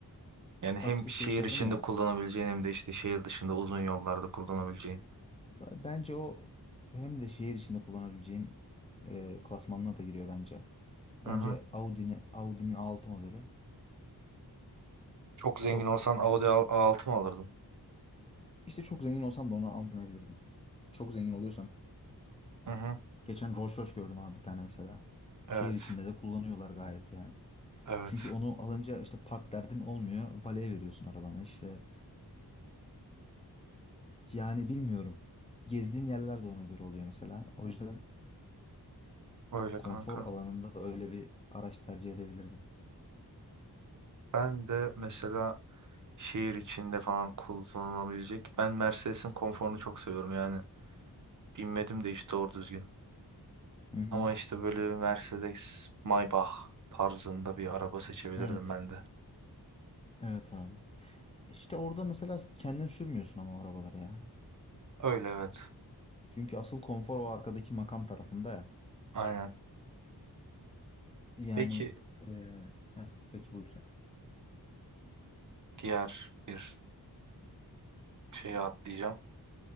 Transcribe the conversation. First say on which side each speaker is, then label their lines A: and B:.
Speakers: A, on the right; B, on the left.
A: Yani hem
B: Bak işte
A: şehir
B: şey söyledim
A: içinde
B: ya.
A: kullanabileceğin hem de işte şehir dışında uzun yollarda kullanabileceğin.
B: Bence o hem de şehir içinde kullanabileceğin e, klasmanına da giriyor bence. Bence
A: Hı hı.
B: Audi'nin Audi'nin A6 modeli
A: Çok zengin
B: çok
A: olsan Audi A- A6 mı alırdın?
B: işte çok zengin olsam da onu almayabilirdim. Çok zengin oluyorsam
A: Hı hı.
B: geçen Rolls Royce gördüm abi bir tane mesela.
A: Evet.
B: Şehir içinde de kullanıyorlar gayet yani.
A: Evet.
B: Çünkü onu alınca işte park derdin olmuyor. Valeye veriyorsun arabanı işte. Yani bilmiyorum. Gezdiğin yerler de ona göre oluyor mesela. O yüzden
A: Öyle
B: konfor
A: kanka.
B: alanında da öyle bir araç tercih edebilirdim.
A: Ben de mesela Şehir içinde falan kullanılabilecek. Ben Mercedes'in konforunu çok seviyorum yani. Binmedim de hiç doğru düzgün.
B: Hı hı.
A: Ama işte böyle bir Mercedes Maybach tarzında bir araba seçebilirdim
B: Evet.
A: ben de.
B: Evet abi. İşte orada mesela kendin sürmüyorsun ama o arabaları ya.
A: Öyle evet.
B: Çünkü asıl konfor o arkadaki makam tarafında ya.
A: Aynen.
B: Yani
A: Peki
B: eee heh, peki buyur sen.
A: diğer bir şeye atlayacağım.